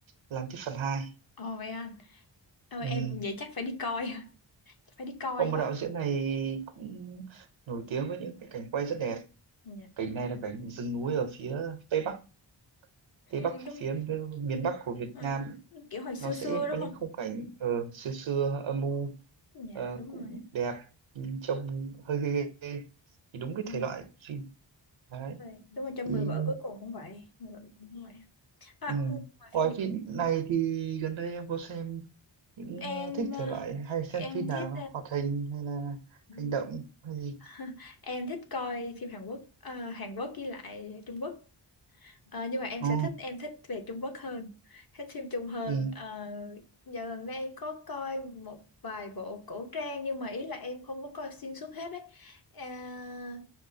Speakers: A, on the right; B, on the left.
A: làm tiếp phần 2.
B: Ồ vậy anh. Ờ
A: ừ.
B: em vậy chắc phải đi coi, <laughs> phải đi coi
A: ông
B: quá.
A: đạo diễn này cũng nổi tiếng với những cái cảnh quay rất đẹp
B: Dạ
A: cảnh
B: đúng
A: này
B: rồi
A: là
B: đó.
A: cảnh rừng núi ở phía tây bắc tây
B: Ừ,
A: bắc
B: đúng
A: phía
B: rồi.
A: miền bắc của Việt
B: Ờ,
A: Nam
B: kiểu hồi xưa
A: nó sẽ
B: xưa đúng
A: có những
B: không?
A: khung cảnh ờ, xưa xưa âm u
B: Dạ
A: ờ,
B: đúng
A: cũng
B: rồi.
A: đẹp nhưng trông hơi ghê ghê ghê. thì đúng cái
B: Ừ.
A: thể loại phim đấy
B: Rồi. Đúng rồi trong
A: thì
B: Người vợ cuối cùng cũng vậy, Người vợ cuối cùng cũng vậy. À,
A: ừ.
B: ngoài
A: ngoài
B: phim Việt
A: phim này thì gần đây em có xem những
B: em
A: ờ, thích
B: ờ,
A: thể loại hay xem
B: em
A: phim nào
B: thích
A: không? hoạt hình hay là
B: ờ,
A: hành động hay gì
B: <laughs> Em thích coi phim Hàn Quốc, ờ, Hàn Quốc với lại Trung Quốc. Ờ, nhưng mà em
A: Ồ,
B: sẽ thích em thích về Trung Quốc hơn, thích phim Trung hơn.
A: ừ,
B: Ờ, dạo gần đây em có coi một vài bộ cổ trang nhưng mà ý là em không có coi xuyên suốt hết đấy. À,